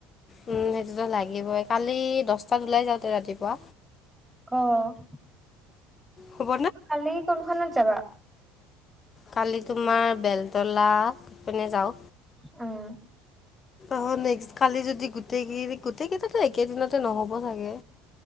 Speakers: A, on the left; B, in the centre.
A: উম, সেইটোতো লাগিবই কালি দহটাত ওলাই যাওঁতে ৰাতিপুৱা।
B: অ'।
A: হ'ব।
B: কালি কোনখনত যাবা?
A: কালি তোমাৰ বেলতলা পিনে যাওঁ।
B: অ'।
A: অ, নেক্স কালি যদি গোটেই কেই গোটেই কেইটো একেদিনতে নহ'ব চাগে।